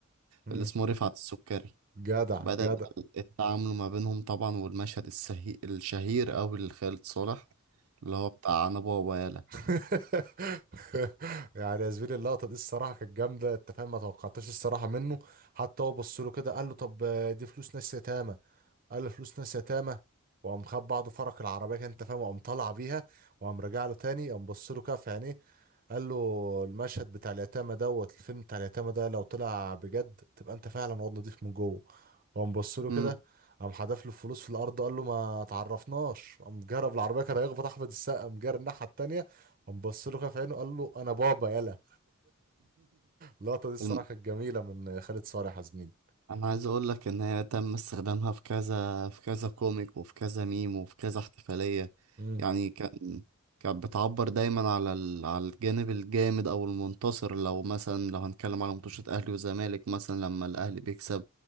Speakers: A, on the right; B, on the right.
A: مم.
B: اللي اسمه رفعت السكري
A: جدع
B: بدأت
A: جدع
B: بقى التعامل ما بينهم طبعا والمشهد السهي... الشهير أوي لخالد صالح اللي هو بتاع أنا بابا يالا
A: <laughs> يعني يا زميلي اللقطه دي الصراحه كانت جامده انت فاهم ما توقعتش الصراحه منه حتى هو بص له كده قال له طب آه، دي فلوس ناس يتامى قال فلوس ناس يتامى وقام خد بعض فرق العربيه كده انت فاهم وقام طالع بيها وقام راجع له تاني قام بص له كده في عينيه قال له المشهد بتاع اليتامى دوت الفيلم بتاع اليتامى ده لو طلع بجد تبقى انت فعلا واد نضيف من جوه وقام بص له
B: <laughs>
A: كده
B: مم.
A: قام حدف له الفلوس في الارض قال له ما تعرفناش قام جرب العربيه كان هيخبط احمد السقا قام جرى الناحيه التانيه قام بص له كده في عينه قال له انا بابا يلا اللقطه دي الصراحه
B: <laughs>
A: كانت جميله من خالد صالح يا زميلي
B: انا عايز اقول لك ان هي تم استخدامها في كذا في كذا كوميك وفي كذا ميم وفي كذا احتفالية
A: امم
B: يعني كان كانت بتعبر دايما على ال... على الجانب الجامد او المنتصر لو مثلا لو هنتكلم على ماتشات اهلي وزمالك مثلا لما الاهلي بيكسب